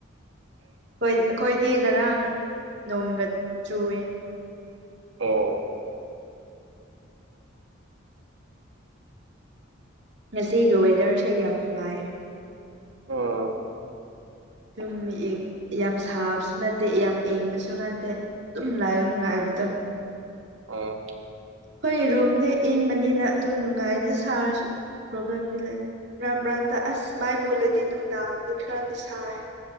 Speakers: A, on the right; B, on the right.
A: ꯑꯩꯈꯣꯏꯗꯤ ꯉꯔꯥꯡ ꯅꯣꯡꯒ ꯆꯨꯏ ꯌꯦ
B: ꯑꯣ
A: ꯉꯥꯁꯤꯒꯤ ꯋꯦꯗꯔꯁꯦ ꯌꯥꯝ ꯅꯨꯡꯉꯥꯏꯌꯦ
B: ꯑꯣ
A: ꯑꯗꯨꯨꯝ ꯌꯥꯝ ꯁꯥꯕꯁꯨ ꯅꯠꯇꯦ ꯌꯥꯝ ꯏꯪꯕꯁꯨ ꯅꯠꯇꯦ ꯑꯗꯨꯝ ꯂꯥꯛꯑꯣ ꯅꯨꯡꯉꯥꯏꯕꯗꯣ
B: ꯑ
A: ꯑꯩꯈꯣꯏꯒꯤ ꯔꯨꯝꯗ ꯏꯪꯕꯅꯤꯅ ꯑꯗꯨꯝ ꯅꯨꯡꯉꯥꯏꯗ ꯁꯥꯔꯁꯨ ꯄ꯭ꯔꯣꯕ꯭ꯂꯦꯝꯗꯤ ꯂꯩ ꯃꯔꯛ ꯕ꯭ꯔꯗ ꯑꯁ ꯁꯨꯃꯥꯏ ꯃꯨꯠꯂꯗꯤ ꯅꯨꯡꯗꯥꯡꯗꯤ ꯈꯔꯗꯤ ꯁꯥꯏ